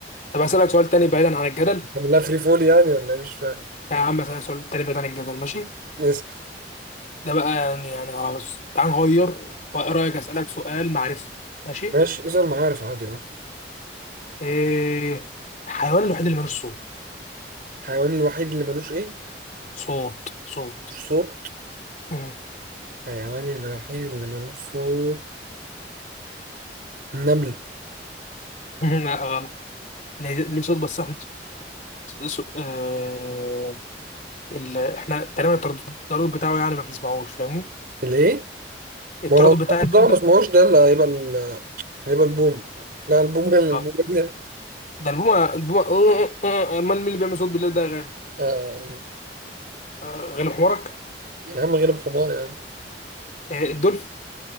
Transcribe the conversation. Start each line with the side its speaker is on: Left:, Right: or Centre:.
Left: طب اسألك سؤال تاني بعيدا عن الجدل
Right: عاملها فري فول يعني ولا ايه مش فاهم
Left: لا يا عم اسألك سؤال تاني بعيدا عن الجدل ماشي
Right: اسأل
Left: ده بقى يعني يعني اه بس تعال نغير وايه رأيك اسألك سؤال معرفي ماشي
Right: ماشي اسأل معارف عادي اهو
Left: ايه الحيوان الوحيد اللي ملوش صوت
Right: الحيوان الوحيد اللي ملوش ايه؟
Left: صوت صوت
Right: ملوش صوت
Left: مم.
Right: الحيوان الوحيد اللي ملوش صوت النمل
Left: <laughs> لا غلط ليه ليه صوت بس احنا صوت- اه، ال- احنا تقريبا التردد التردد بتاعه يعني ما بنسمعوش فاهمني
Right: الايه
Left: التردد
Right: ما هو لو
Left: بتاع
Right: الطاووس
Left: النملة
Right: ده ما بسمعوش ده اللي هيبقى ال- هيبقى البوم لا البوم ده البوم
Left: غلط.
Right: ده
Left: ده البومة البومة آه، آه، آه، أه، امال مين اللي بيعمل صوت بالليل ده يا غالي
Right: آه.
Left: آه، غالي حمارك
Right: يا عم غير بحمار يا عم
Left: آه، الدولفين